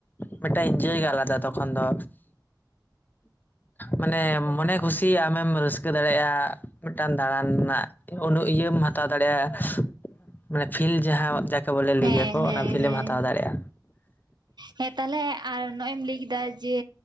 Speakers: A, on the left; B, on the right.
A: ᱢᱮᱫᱴᱟᱝ ᱤᱱᱡᱚᱭ ᱜᱮ ᱟᱞᱟᱫᱟ ᱛᱚᱠᱷᱚᱱ ᱫᱚ ᱢᱟᱱᱮ ᱢᱚᱱᱮ ᱠᱷᱩᱥᱤ ᱟᱢᱮᱢ ᱨᱟᱹᱥᱠᱟᱹ ᱫᱟᱲᱮᱜ-ᱟ ᱢᱤᱫᱴᱟᱝ ᱫᱟᱬᱟᱱ ᱨᱮᱱᱟᱜ ᱩᱱᱟᱹᱜ ᱤᱭᱟᱹᱢ ᱦᱟᱛᱟᱣ ᱫᱟᱲᱮᱭᱟᱜ-ᱟ ᱢᱟᱱᱮ ᱯᱷᱤᱞ ᱡᱟᱦᱟᱸ ᱠᱮ ᱵᱚᱞᱮ ᱞᱟᱹᱭᱟ
B: ᱦᱮᱸ
A: ᱠᱚ‌
B: ᱦᱮᱸ
A: ᱚᱱᱟ ᱯᱷᱤᱞᱮᱢ
B: ᱦᱮᱸ
A: ᱦᱟᱛᱟᱣ ᱫᱟᱲᱮᱜ-ᱟ᱾
B: ᱦᱮᱸ ᱛᱟᱦᱞᱮ ᱟᱨ ᱱᱚᱜ-ᱚᱭ ᱮᱢ ᱞᱟᱹᱭ ᱠᱮᱫᱟ ᱡᱮ